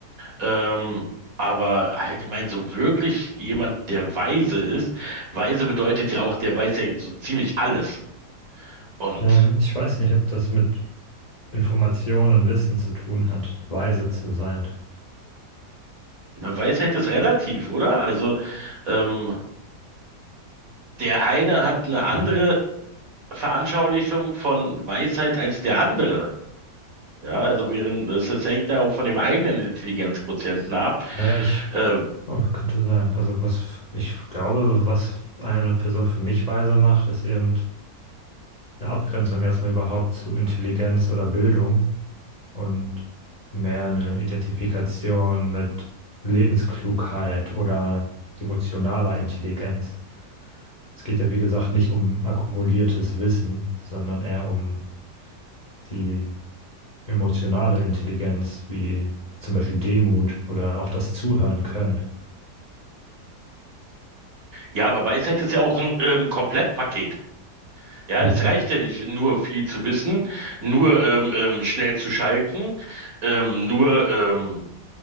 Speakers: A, on the right; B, on the left.
A: Ähm, aber allgemein so wirklich jemand, der weise ist. Weise bedeutet ja auch, der weiß ja so ziemlich alles. Und
B: Ähm, ich weiß nicht, ob das mit Informationen und Wissen zu tun hat, weise zu sein.
A: eine Weisheit ist relativ, oder? Also ähm, der eine hat eine andere
B: Mhm.
A: Veranschaulichung von Weisheit als der andere. Ja, also während das, das hängt ja auch von dem eigenen Intelligenzquotienten ab.
B: Naja, ich,
A: Ähm,
B: oh, könnte sein. Also was, ich glaube, was eine Person für mich weise macht, ist eben eine Abgrenzung erstmal überhaupt zu Intelligenz oder Bildung. und mehr eine Identifikation mit Lebensklugheit oder emotionaler Intelligenz. Es geht ja, wie gesagt, nicht um akkumuliertes Wissen, sondern eher um die emotionale Intelligenz, wie zum Beispiel Demut oder auch das Zuhören können.
A: ja, aber Weisheit ist ja auch ein ähm, Komplettpaket. Ja,
B: Mhm.
A: das reicht ja nicht, nur viel zu wissen, nur ähm, ähm, schnell zu schalten, ähm, nur ähm,